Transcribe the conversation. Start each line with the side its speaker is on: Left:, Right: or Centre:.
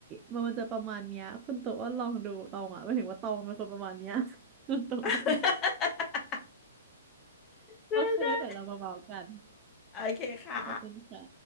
Right: มันมันจะประมาณเนี้ยคุณตัวอ้วนลองดูตองอ่ะไม่ถึงว่าตองเป็นคนประมาณเนี้ย <laughs> คุณตัวอ้วน
Left: <laughs> ได้ได้
Right: โอเคแล้วเดี๋ยวเรามาเมากัน
Left: โอเคค่ะ
Right: ขอบคุณค่ะ